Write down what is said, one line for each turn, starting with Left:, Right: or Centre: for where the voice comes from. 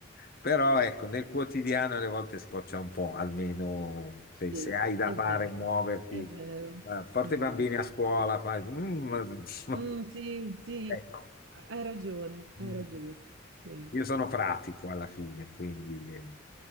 Left: Però ecco, nel quotidiano alle volte scoccia un po', almeno se,
Right: Sì,
Left: se hai da
Right: è
Left: fare,
Right: vero,
Left: muoverti,
Right: è vero,
Left: eh, porta
Right: è
Left: i bambini
Right: vero.
Left: a scuola, fai... mm, <laughs>
Right: Mm, sì, sì,
Left: ecco.
Right: hai ragione,
Left: mm".
Right: hai ragione. Sì,
Left: Io sono pratico alla fine, quindi... eh.